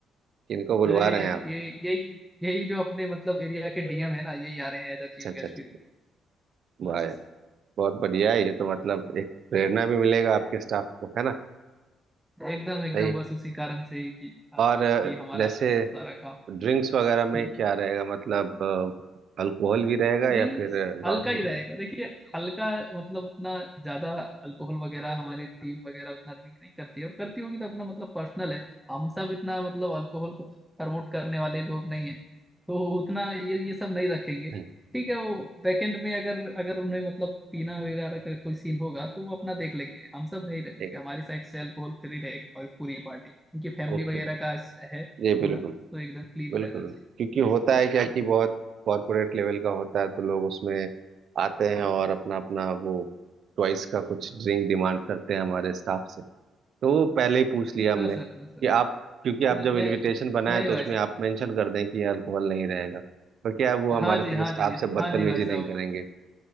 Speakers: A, on the right; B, in the centre.
A: किनको बुलवा
B: अरे
A: रहे हैं आप
B: ये यही यही जो अपने मतलब एरिया के डीएम है ना यही आ रहे हैं एज
A: अच्छा
B: चीफ
A: अच्छा
B: गेस्ट
A: अच्छा वाह
B: हाँ जी
A: यार।
B: सर,
A: बहुत बढ़िया है ये तो मतलब एक प्रेरणा भी मिलेगा आपके स्टाफ को है ना
B: एकदम एकदम
A: सही
B: बस उसी कारण से ही कि हाँ
A: और अ,
B: कि हमारा
A: जैसे
B: सारा काम
A: ड्रिंक्स वगैरह में
B: हम्म।
A: क्या रहेगा मतलब अल्कोहल भी रहेगा
B: ड्रिंक्स
A: या फिर नॉर्मल
B: हल्का ही रहेगा
A: रहेगा
B: देखिए हल्का मतलब उतना ज्यादा अल्कोहल वगैरह हमारी टीम वगैरह उतना ड्रिंक नहीं करती है और करती होगी तो अपना मतलब पर्सनल है हम सब इतना मतलब अल्कोहल को प्रमोट करने वाले लोग नहीं है तो उतना ये ये सब नहीं रखेंगे
A: हम्म,
B: ठीक है वो बैकएंड में अगर अगर उन्हें मतलब पीना वगैरह का कोई सीन होगा तो वो अपना देख लेंगे हम सब नहीं रखेंगे
A: ठीक
B: हमारी साइड से अल्कोहल फ्री रहेगी और पूरी पार्टी क्योंकि फैमिली
A: है ओके
B: वगैरह का है
A: जी बिल्कुल
B: पूरा तो एकदम क्लीन
A: बिल्कुल
B: रहना चाहिए
A: क्योंकि होता
B: जी सर
A: है क्या कि बहुत कॉर्पोरेट लेवल का होता है तो लोग उसमें आते हैं और अपना अपना वो चॉइस का कुछ ड्रिंक डिमांड करते हैं हमारे स्टाफ से तो वो पहले ही पूछ लिया
B: हाँ
A: हमने
B: सर
A: कि
B: हाँ सर
A: आप क्योंकि
B: नहीं
A: आप जब इनविटेशन बनाए
B: नहीं
A: तो
B: भाई
A: उसमें
B: साहब
A: आप मेंशन कर दें कि अल्कोहल नहीं रहेगा पर क्या है, वो हमारे
B: हाँ जी
A: फिर
B: हाँ
A: स्टाफ
B: जी
A: से बदतमीजी
B: हाँ जी भाई साहब
A: नहीं करेंगे है